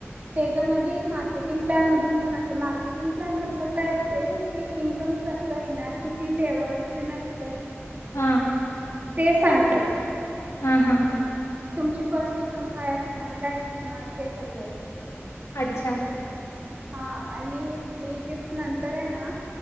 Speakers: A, on the right (about 35°); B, on the left (about 85°).
A: त्याच्यामध्ये एक मार्केटिंग प्लॅन मधून पण असते मार्केटिंग प्लॅन मधलं काय असतय की इन्कम कसं येणार किती लेवलच असतय.
B: ह
A: ते सांगत्यात
B: हा हा
A: तुमची फर्स्ट इन्कम काय असणार काय नसणार ते सगळे
B: अच्छा
A: हा आणि फ्री गिफ्ट नंतर आहे ना